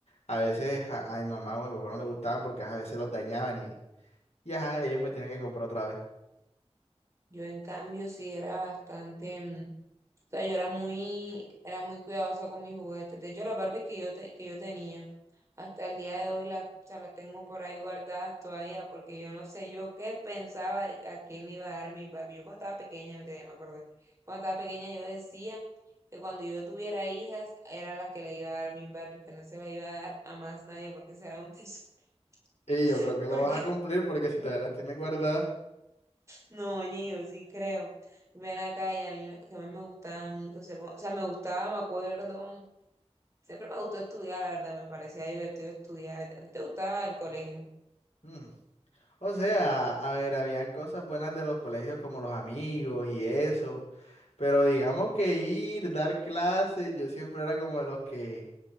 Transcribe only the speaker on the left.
a veces a, a mi mamá o a mi papá no le gustaban porque ajá, a veces los dañaban y, y ajá, ellos me tienen que comprar otra vez.
Y yo
creo que
lo vas a cumplir porque si todavía las tienes guardadas.
hmm, O sea, a ver, habían cosas buenas de los colegios como los amigos y eso, pero digamos que ir, dar clases, yo siempre era como de los que